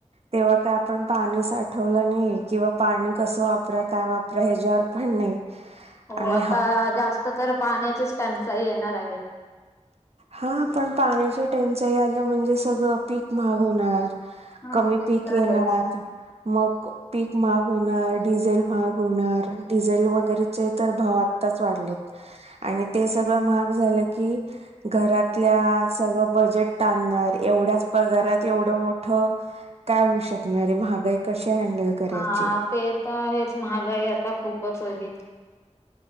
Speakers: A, on the right; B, on the left.
A: तेव्हा काय आपण पाणी साठवलं नाही किंवा पाणी कसं वापरा काय वापरा ह्याच्यावर पण नाही
B: हो
A: आणि
B: आता
A: हा
B: जास्त तर पाण्याचीच त्यांनचाही येणार आहे
A: हा पण पाण्याचे टेंचन यालं म्हणजे सगळं पीक महाग होणार
B: हा
A: कमी
B: ते
A: पीक
B: तर
A: येणार
B: आहेच
A: मग पीक महाग होणार डिझेल महाग होणार डिझेल वगैरे तर भाव आताच वाढले आणि ते सगळं महाग झालं की घरातल्या सगळं बजेट टाणणार एवढ्याच पगारात एवढं मोठं काय होऊ शकणारे महागाई कश हँडल करायची
B: हा ते तर हेच महागाई आता खूपच होईल